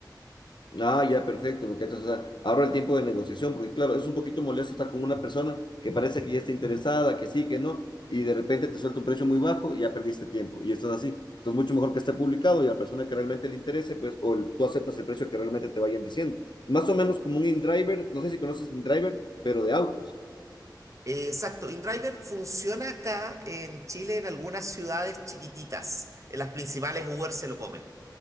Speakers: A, on the left (about 75°); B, on the right (about 45°).
A: Ah, ya, perfecto, me cachas. O sea, ahorra el tiempo de negociación, porque claro, es un poquito molesto estar con una persona que parece que ya está interesada, que sí, que no, y de repente te suelta un precio muy bajo y ya perdiste tiempo. Y esto es así. Entonces, mucho mejor que esté publicado y a la persona que realmente le interese, pues, o el- tú aceptas el precio que realmente te vayan diciendo. Más o menos como un InDriver, no sé si conoces InDriver, pero de autos.
B: Eh, Exacto, InDriver funciona acá en Chile en algunas ciudades chiquititas. En las principales Uber se lo come.